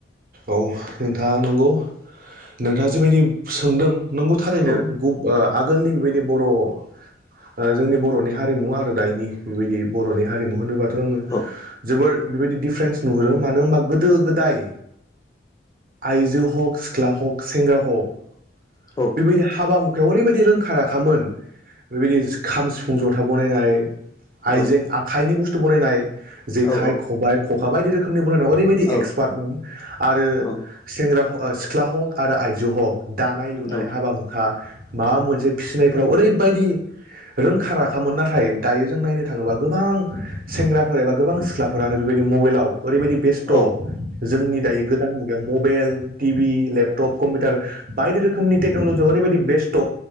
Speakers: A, on the right; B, on the left.
A: औ नोंथाङा नंगौ नोंथाङा जेबायदि सोंदों। नंगौ थारैनो
B: औ
A: गु ओ आगोलनि बेबायदि बर'। ओ जोंनि बर'नि हारिमु आरो दायनि बेबायदि बर'नि हारिमु होनोबा। जोंङो
B: औ
A: जोबोर बेबायदि डिफारेन्स नुहरो मानो होनबा गोदो गोदाय। आइजो हक सिख्ला हक सेंग्रा हक।
B: औ
A: बेबायदि हाबा हुखायाव ओरैबायदि रोंख। खामोन बेबायदि खाम सिफुं जथा बनायनानै आइजों
B: औ
A: आखाइनि बुस। खो बनायनाय जेखाय
B: औ
A: खबाय खखा बायदि रोखोमनि। फरायनाव ओरैबायदि
B: औ
A: एक्सपार्टमोन आरो
B: औ
A: सेंग्रा ह सिख्ला हक आरो आइजो हक। दानाय लुनाय।
B: औ
A: खा माबा मोनसे फिसिनायफ्राव ओरैबायदि। रोंखा राखामोन नाथाय दायो जों नायनो थाङोबा गोबां सेंग्राफोर एबा गोबां सिख्लाफोरानो बेबायदि। मबाइलाव ओरैबायदि बेस्त'
B: औ औ
A: जोंनि दायो गोदान मुगायाव मबेल टिबि लेप। तप कमपिउतार बायदि रोखोमनि टेकन'लजियाव ओरैबायदि बेस्त'